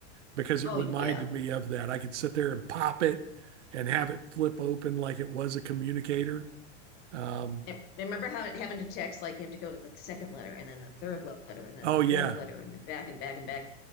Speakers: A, on the right; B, on the left.
A: because it
B: Oh
A: reminded
B: yeah.
A: me of that. I could sit there and pop it and have it flip open like it was a communicator. Um,
B: And remember how having to text like you have to go to the second letter and then the third letter and then
A: oh
B: the fourth
A: yeah,
B: letter and then back and back and back.